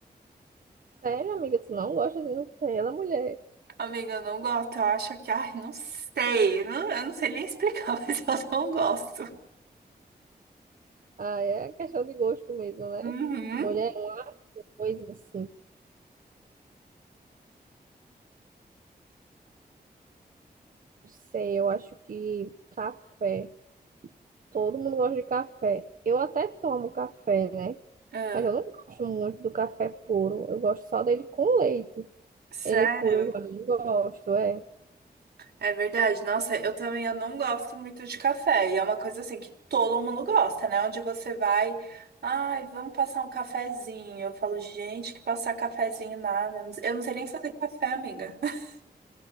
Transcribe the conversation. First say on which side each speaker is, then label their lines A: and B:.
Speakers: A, on the right (about 55°); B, on the right (about 85°).
A: Sério, amiga, tu não gosta de Nutella, mulher?
B: Amiga, eu não gosto. Eu acho que, ai, não sei. Não- eu não sei nem explicar, <laughs> mas eu não gosto.
A: Ah, é questão de gosto mesmo, né?
B: Uhum.
A: Mulher é uma coisa assim, não sei, eu acho que café. Todo mundo gosta de café. Eu até tomo café, né?
B: Ah,
A: Mas eu não gosto muito do café puro. Eu gosto só dele com leite.
B: sério?
A: Ele puro eu já não gosto, é.
B: É verdade. Nossa, eu também eu não gosto muito de café. E é uma coisa assim que todo mundo gosta, né? Onde você vai, ai, vamos passar um cafezinho. Eu falo, gente, que passar cafezinho nada. Eu não eu não sei nem fazer café, amiga. <laughs>